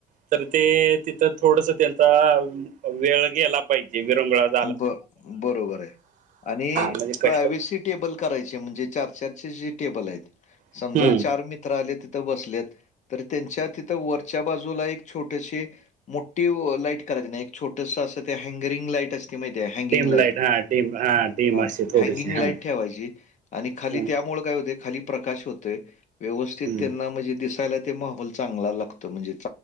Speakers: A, on the right; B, on the left.
A: <unintelligible> तर ते तिथं थोडस त्यांचा वेळ गेला पाहिजे विरंगुळात.
B: ब बरोबर आहे आणि
A: म्हणजे
B: प्रायवसी
A: कष्ट
B: टेबल करायचे म्हणजे चारशे <unintelligible> टेबल हाय ती समजा
A: हम्म
B: चार मीत त्र आले तिथं बसलेत तर, त्यांच्या तिथं वरच्या बाजूला एक छोटेशी मोठी वो लाईट करगने एक छोटस असं ते हँगरिंग लाईट अस तेमाहिती का हँगिंग
A: डिम
B: लाईट
A: हा डिम हा डिम
B: ह
A: असे थोडीशी
B: हँगिंग
A: हा
B: लाईट ठेवाची. आणि
A: हा
B: खाली त्यामुळे, काय होते खाली प्रकाश होतोय वेवस्थित
A: हम्म,
B: त्यांना म्हणजे दियला ते माहोल चगला लागतो म्हेणजे